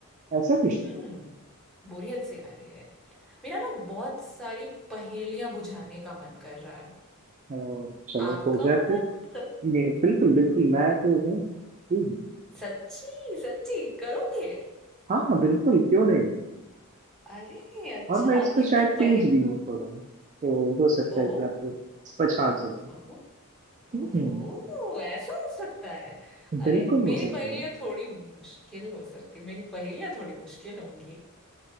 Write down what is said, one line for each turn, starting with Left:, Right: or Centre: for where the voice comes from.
Right: ऐसा क्यों
Centre: हम्म बोरियत सी आ रही है मेरा ना बहुत सारी पहेलियां बुझाने का मन कर रहा है
Right: ओ, चलो
Centre: आपका
Right: हो जाए फिर
Centre: मन कर
Right: मैं- बिल्कुल बिल्कुल मैं तो हूँ ही हूँ
Centre: सच्ची सच्ची करोगे
Right: हाँ हाँ बिल्कुल क्यों नहीं
Centre: अरे अच्छा
Right: और मैं इस पे
Centre: क्योंकि
Right: शायद तेज
Centre: पहे
Right: भी हूँ थोड़ा तो हो सकता
Centre: ओ
Right: है कि आपको पछाड़ सकूं
Centre: ओ
Right: हम्म
Centre: ओहो
Right: हम्म।
Centre: ऐसा हो सकता है अरे
Right: बिल्कुल हो
Centre: मेरी
Right: सकता
Centre: पहेलियां
Right: है
Centre: थोड़ी मुश्किल हो सकती मेरी पहेलियां थोड़ी मुश्किल होंगी